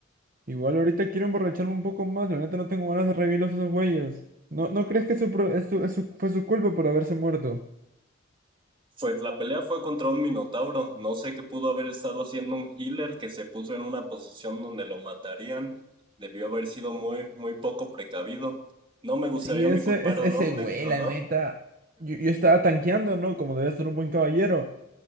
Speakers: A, on the right; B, on the right.
A: Igual ahorita quiero emborracharme un poco más, la neta no tengo ganas de revivirlos a esos güeyes. ¿No, no crees que su, pro- es su- es su- fue su culpa por haberse muerto?
B: Pues la pelea fue contra un minotauro. No sé qué pudo haber estado haciendo un healer que se puso en una posición donde lo matarían. Debió haber sido muy, muy poco precavido. No me gustaría
A: Sí, ese,
B: mi culpar
A: es,
B: a
A: ese
B: un hombre.
A: güey,
B: Ajá,
A: la neta. Yo, yo estaba tanqueando, ¿no? Como debía ser un buen caballero.